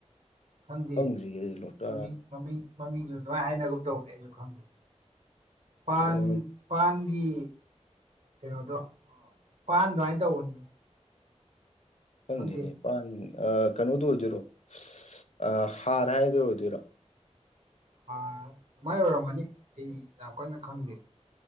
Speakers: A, on the right; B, on the left.
A: ꯈꯪꯗꯦ
B: ꯈꯪꯗ꯭ꯔꯤꯌꯦ ꯂꯣꯇꯥ
A: ꯃꯃꯤꯡ ꯃꯃꯤꯡ ꯃꯃꯤꯡꯗꯨꯁꯨ ꯑꯗꯨꯃꯥꯏꯅ ꯍꯥꯏꯅꯒꯨꯝ ꯇꯧꯕꯅꯦ ꯑꯩꯁꯨ ꯈꯪꯗꯦ ꯄꯥꯟ
B: ꯑꯣ
A: ꯄꯥꯟꯒꯤ ꯀꯩꯅꯣꯗꯣ ꯄꯥꯟ ꯗꯨꯃꯥꯏꯅ ꯇꯧꯕꯅꯤꯅꯦ
B: ꯈꯪꯗꯦꯅꯦ
A: ꯈꯪꯗꯦ
B: ꯄꯥꯟ ꯑ ꯀꯩꯅꯣꯗꯣ ꯑꯣꯏꯗꯣꯏꯔꯣ ꯑꯥ ꯍꯥꯔ ꯍꯥꯏꯗꯣ ꯑꯣꯏꯗꯣꯏꯔꯣ
A: ꯍꯥꯔ ꯗꯨꯃꯥꯏ ꯑꯣꯏꯔꯝꯒꯅꯤ ꯑꯩ ꯌꯥꯝ ꯀꯟꯅ ꯈꯪꯗꯦ